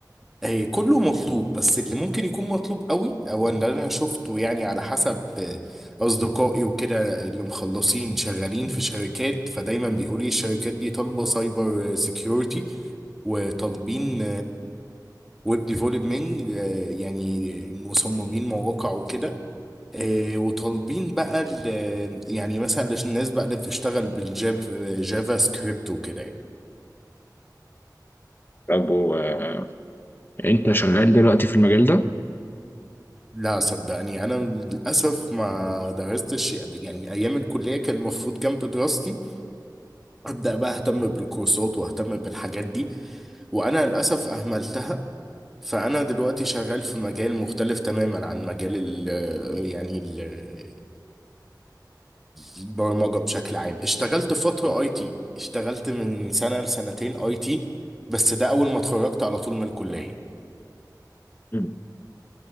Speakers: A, in the centre; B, on the left.
A: آه، كله مطلوب بس اللي ممكن يكون مطلوب قوي او اللي انا شفته يعني على حسب آه، اصدقائي وكده اللي مخلصين شغالين في شركات فدايما بيقولوا لي الشركات دي طالبه سايبر سيكيورتي وطالبين ويب ديفلوبمنت يعني مصممين مواقع وكده آه، وطالبين بقى ال- آه، يعني مثلا الناس بقى اللي بتشتغل بالجافا جافا سكريبت وكده يعني.
B: طب و- آه، أنت شغال دلوقتي في المجال ده؟
A: لا صدقني انا للاسف ما درستش يعني ايام الكليه كان المفروض جنب دراستي ابدا بقى اهتم بالكورسات واهتم بالحاجات دي وانا للاسف اهملتها فانا دلوقتي شغال في مجال مختلف تماما عن مجال ال يعني ال البرمجه بشكل عام اشتغلت فتره اي تي اشتغلت من سنه لسنتين اي تي بس ده اول ما اتخرجت على طول من الكليه
B: مم.